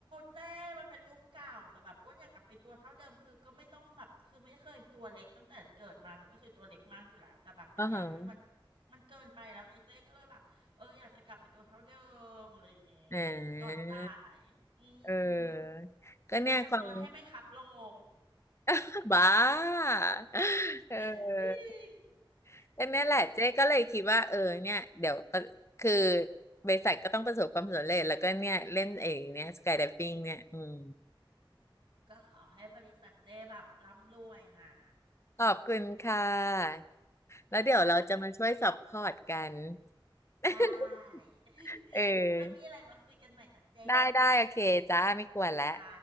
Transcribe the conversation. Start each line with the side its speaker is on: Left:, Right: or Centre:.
Right: เจ้มันเป็นรูปเก่าแต่แบบอ้วนอยากกลับไปตัวเท่าเดิมคือก็ไม่ต้องแบบคือไม่เคยตัวเล็กตั้งแต่เกิดมาก็ไม่เคยตัวเล็กมากอยู่แล้วแต่แบบอันเนี้ยคือมัน
Left: อ๋อฮะ
Right: มันเกินไปแล้วไงเจ้ก็เลยแบบเอออยากจะกลับไปตัวเท่าเดิมอะไรอย่างเงี้ย
Left: อ่า
Right: ก่อนตาย <laughs> อื
Left: เอ
Right: ม
Left: อก็เนี่ยความ
Right: อย่างน้อยให้ไม่ขับลง
Left: <laughs> บ้า <laughs> เออ
Right: <laughs> จริง
Left: แต่นั่นแหละเจ๊ก็เลยคิดว่าเออเนี่ยเดี๋ยวประคือ
Right: นั่นแหละ
Left: บริษัทก็ต้องประสบความสำเร็จแล้วก็เนี่ยเล่นเองเนี่ยสกายไดฟิ่งเนี่ยอืม
Right: ก็ขอให้บริษัทเจ้แบบร่ำรวยนะ
Left: ขอบคุณค่ะ
Right: <laughs>
Left: แล้วเดี๋ยวเราจะมาช่วยซัพพอร์ตกัน
Right: โอเค
Left: <laughs>
Right: ได้ <laughs>
Left: เออ
Right: แล้วไม่มีอะไรมาคุยกันใหม่นะเจ้
Left: ได้ได้โอเคจ้าไม่กวนแล้ว
Right: อ่า